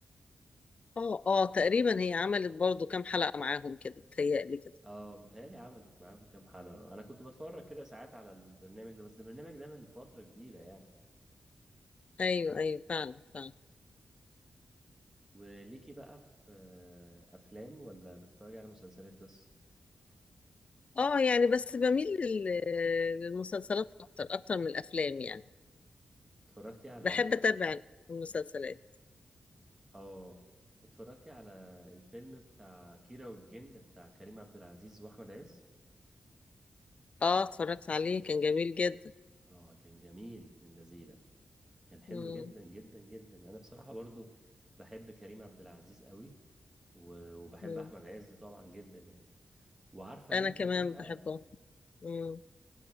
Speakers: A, on the left; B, on the right.
A: اه اه تقريبا هي عملت برضه كام حلقه معاهم كده بتهيألي كده
B: اه بتهيألي عملت معاهم كام حلقة انا كنت بتفرج كده ساعات على البرنامج ده بس ده البرنامج ده من فترة كبيرة يعني
A: ايوه ايوه فعلا فعلا
B: وليكي بقى في آه، افلام ولا بتتفرجي على مسلسلات بس
A: اه يعني بس بميل لل- للمسلسلات اكتر اكتر من الافلام يعني
B: اتفرجتي على
A: بحب اتابع المسلسلات
B: اه اتفرجتي على الفيلم بتاع كيرة والجن بتاع كريم عبد العزيز واحمد عز
A: اه اتفرجت عليه كان جميل جدا
B: اه كان جميل ابن اللذيذة كان حلو
A: مم.
B: جدا جدا جدا يعني انا بصراحه برضو بحب كريم عبد العزيز قوي و- وبحب
A: مم.
B: احمد عز طبعا جدا يعني وعارفه
A: انا
B: مين
A: كمان
B: كمان بقى
A: بحبه مم.